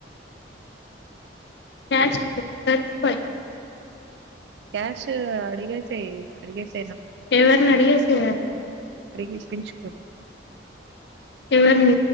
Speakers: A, on the left (about 65°); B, on the right (about 70°).
A: క్యాష్ పట్టుకుపోయి
B: క్యాష్ అడిగేసేయ్ అడిగేసే
A: ఏవర్ని అడిగేసేయ్ రాదు
B: అడిగిప్పించుకో
A: ఎవర్ని